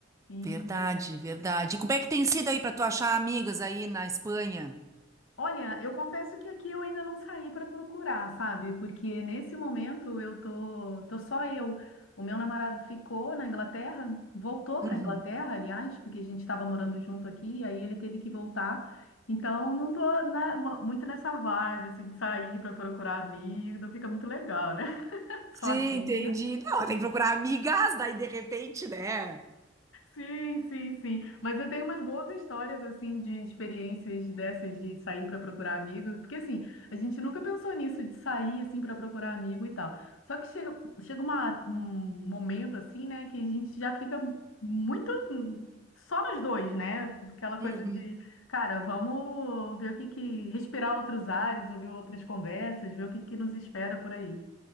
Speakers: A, on the left; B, on the right.
A: E
B: Verdade, verdade. E como é que tem sido aí para tu achar amigas aí na Espanha?
A: Olha, eu confesso que aqui eu ainda não saí para procurar, sabe? Porque nesse momento eu tô, tô só eu. O meu namorado ficou na Inglaterra, voltou para
B: Uhum.
A: a Inglaterra, aliás, porque a gente estava morando junto aqui, e aí ele teve que voltar. Então não tô na- mu- muito nessa vibe assim de sair para procurar amigo, não fica muito legal, né? <laughs>
B: Sim,
A: Sozinha.
B: entendi. Não, tem que procurar amigas, daí de repente, né?
A: Sim, sim, sim. Mas eu tenho umas boas histórias, assim, de experiências dessas de sair para procurar amigo. Porque, assim, a gente nunca pensou nisso, de sair, assim, para procurar amigo e tal. Só que chega, chega uma- um momento, assim, né, que a gente já fica muito hum, só nós dois, né? Aquela coisa
B: Uhum.
A: de, cara, vamos ver o que que... Respirar outros ares, ouvir outras conversas, ver o que que nos espera por aí.